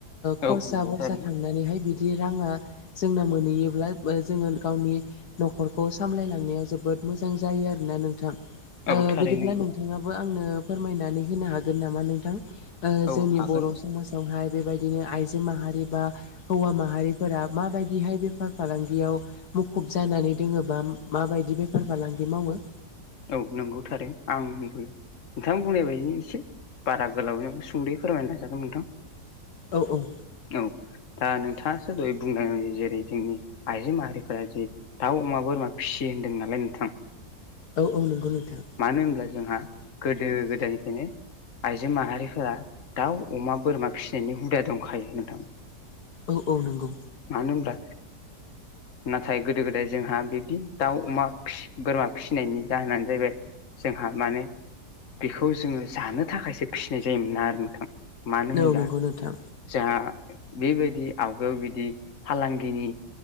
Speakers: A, on the left (about 50°); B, on the left (about 70°).
A: औ
B: खरसा
A: नंगौ
B: बरसा
A: थारैनो
B: थांनानैहाय बिदि राङा जोंना मोनो। नुयोब्ला जोङो गावनि। न'खरखौ सामलायलांनायाव जोबोद मोजां जायो आरोना नोंथां।
A: औ थारैनो
B: बिदिब्ला
A: नंगौ
B: नोंथाङाबो आंनो फोरमायनानै होनो हागोन नामा नोंथां।
A: औ
B: जोंनि
A: हागोन
B: बर' समाज। हाय बेबायदिनो आइजो माहारि बा हौवा माहारिफोरा मा बायदिहाय बे बेफार फालांगियाव मुखुब जानानै दोङोबा माबायदि बेफार फालांगि मावो।
A: औ नंगौथारो आंनिबो। नोंथां बुंनाय बायदिनो एसे बारा गोलाव सुंदयै फोरमायनो नाजागोन नोंथां।
B: औ औ।
A: औ दा नोंथाङासो दह बुंदों जेरै जोंनि आइजो माहारिफोरा जे। दाउ अमा बोरमा फिसियो होन्दों नालाय नोंथां।
B: औ औ नंगौ नोंथां।
A: मानो होनब्ला जोंहा गोदो गोदायनिफ्रायनो। आइजो माहारिफोरा दाउ अमा बोरमा फिसिनायनि हुदा दंखायो नोंथां।
B: औ औ नंगौ।
A: मानोहोनब्ला। नाथाय गोदो गोदाय जोंहा बिदि दाउ अमा बोरमा फिसिनायनि। जाहोनानो जाहैबाय जोंहा माने। बेखौ जोङो जानो थाखायसो फिसिनाय जायोमोना आरो नोंथां मानो होनबब्ला।
B: औ नंगौ नोंथां
A: जोंहा बेबायदि आवगायाव बिदि फालांगिनि।